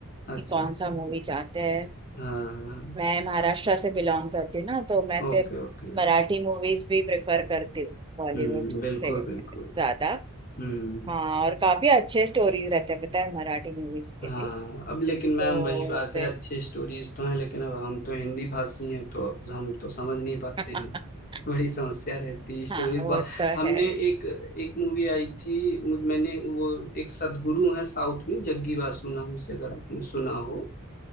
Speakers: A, on the left; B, on the right.
A: अच्छा
B: कि कौन
A: अच्छा
B: सा मूवी चाहते हैं
A: हाँ
B: मैं महाराष्ट्र से बिलोंग करती हूँ ना तो मैं फिर
A: Okay okay
B: मराठी मूवीज भी प्रेफर करती हूँ बॉलीवुड
A: हम्म
B: से
A: बिल्कुल बिल्कुल
B: ज्यादा
A: हम्म
B: हाँ और काफी अच्छे स्टोरीज रहते हैं पता है मराठी मूवीज के
A: हाँ
B: भी
A: अब लेकिन मैम
B: तो
A: वही बात
B: फिर
A: है अच्छी स्टोरीज तो हैं लेकिन अब हम तो हिंदी भाषी हैं तो अब हम तो समझ नहीं पाते
B: <laughs>
A: हैं बड़ी समस्या रहती है स्टोरी
B: हाँ वो तो
A: हमने
B: है
A: एक एक मूवी आई थी मुझ- मैंने वो एक सदगुरु है साउथ में जग्गी वासु नाम से अगर आपने सुना हो